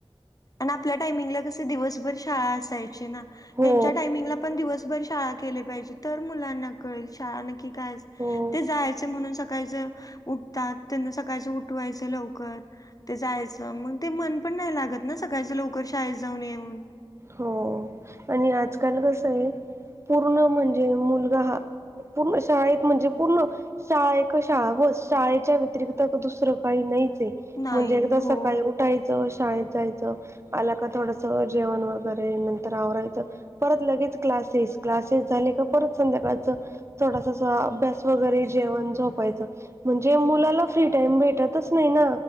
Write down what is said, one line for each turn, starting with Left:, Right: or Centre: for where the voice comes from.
Left: आणि आपल्या टायमिंगला कसं दिवसभर शाळा असायची ना
Right: हो
Left: ह्यांच्या टायमिंगला पण दिवसभर शाळा केले पाहिजे तर मुलांना कळेल शाळा नक्की कायच
Right: हो
Left: ते जायचं म्हणून सकाळचं उठतात त्यांना सकाळचं उठवायचं लवकर ते जायचं मंग ते मन पण नाही लागत ना सकाळचं लवकर शाळेेत जाऊन येऊन.
Right: हो आणि आजकाल कसं आहे पूर्ण म्हणजे मुलगा हा पूर्ण शाळेत म्हणजे पूर्ण शाळे क शाळा ब शाळेच्या व्यतिरिक्त दुसरं काही नाहीच. ते
Left: नाही
Right: म्हणजे एक
Left: हो
Right: सकाळी उठायचं शाळेत जायचं आला का थोडसा जेवण व बरं हे नंतर आवरायचं परत लगेच क्लासेस क्लासेस झाले का परत संध्याकाळचं थोडासा सा अभ्यास वगैरे, जेवण झोपायचं म्हणजे मुलाला फ्री टाम भेटतच नाही ना.